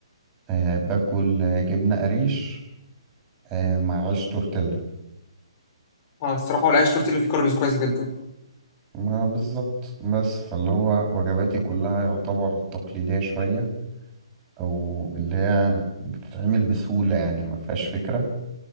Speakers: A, on the right; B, on the left.
A: آه باكل آه، جبنة قريش آه مع عيش تورتيلا
B: اه الصراحه هو العيش تورتيلا فيه كاربز كويس جدا
A: ما بالظبط بس فاللي هو وجباتي كلها يعتبر تقليدية شوية او اللي هي بتتعمل بسهولة يعني ما فيهاش فكرة